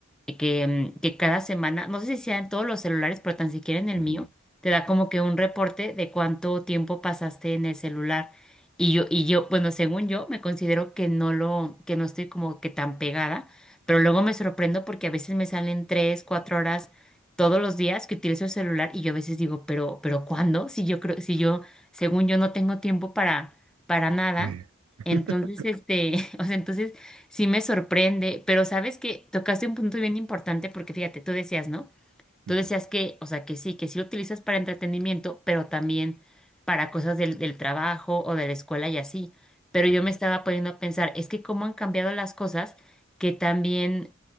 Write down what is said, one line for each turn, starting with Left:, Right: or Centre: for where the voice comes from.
Centre: que, mm, que cada semana, no sé si sea en todos los celulares, pero tan siquiera en el
Right: Ujú.
Centre: mío, te da como que un reporte de cuánto tiempo pasaste en el celular. Y yo, y yo, bueno, según yo, me considero que no lo, que no estoy como que tan pegada, pero luego me sorprendo porque a veces me salen tres, cuatro horas todos los días que utilizo el celular y yo a veces digo, pero, pero ¿cuándo? Si yo creo, si yo, según yo, no tengo tiempo para, para nada.
Right: Sí. <laughs>
Centre: Entonces, este, <laughs> o sea, entonces Sí me sorprende, pero sabes que tocaste un punto bien importante porque fíjate, tú decías, ¿no?
Right: Ujú.
Centre: Tú decías que, o sea, que sí, que sí lo utilizas para entretenimiento, pero también para cosas del, del trabajo o de la escuela y así. Pero yo
Right: Ya.
Centre: me estaba poniendo a pensar, es que cómo han cambiado las cosas, que también,